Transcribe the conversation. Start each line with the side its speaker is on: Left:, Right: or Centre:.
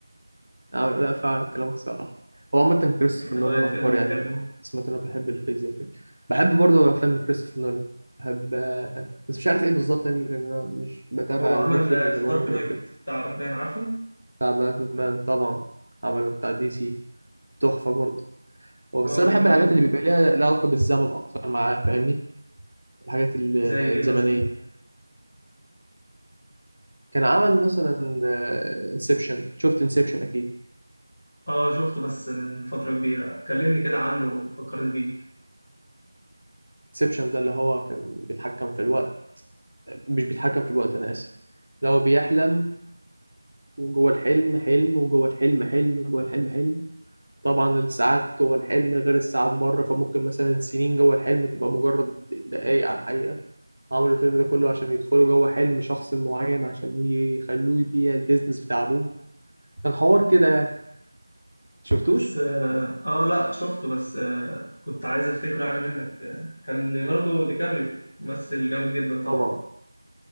Right: آه، لا فعلا كلامك صح هو عامة كريستوفر
Left: انت
Right: نولان
Left: بقى ايه الفيلم
Right: عبقري
Left: اللي بتحبه
Right: يعني كنت سمعت انه بيحب الفيزياء وكده بحب برضه افلام لكريستوفر نولان بحب آه، بس مش عارف ايه بالظبط يعني لان انا مش بتابع
Left: هو عمل
Right: المخرج
Left: ذا
Right: اللي له
Left: دارك
Right: علاقه
Left: نايت
Right: بالفيلم
Left: بتاع باتمان عارفه
Right: بتاع باتمان طبعا عمله بتاع دي سي تحفة برضه هو بس
Left: اه
Right: انا
Left: جميل
Right: بحب الحاجات
Left: قوي
Right: اللي بيبقى ليها لها علاقة بالزمن اكتر معاه فاهمني الحاجات ال-
Left: زي ايه
Right: الزمنية
Left: مثلا
Right: كان عمل مثلا انسبشن شفت انسبشن اكيد
Left: اه شفته بس من فترة كبيرة كلمني كده عنه وفكرني بيه
Right: انسبشن ده اللي هو كان بيتحكم في الوقت مش بيتحكم في الوقت أنا آسف لو بيحلم وجوه الحلم حلم وجوه الحلم حلم جوه الحلم حلم طبعا الساعات جوه الحلم غير الساعات بره فممكن مثلا سنين جوه الحلم تبقى مجرد دقايق على الحقيقة عملوا الفيلم ده كله عشان يدخلوا جوه حلم شخص معين عشان يخلوه يبيع البيزنس بتاع أبوه كان حوار كده يعني شفتوش؟
Left: بس اه آه، لا شفته بس آه كنت عايز افتكره يعني منك آه، كان ليوناردو دي كابريو ممثل جامد جدا طبعا
Right: طبعا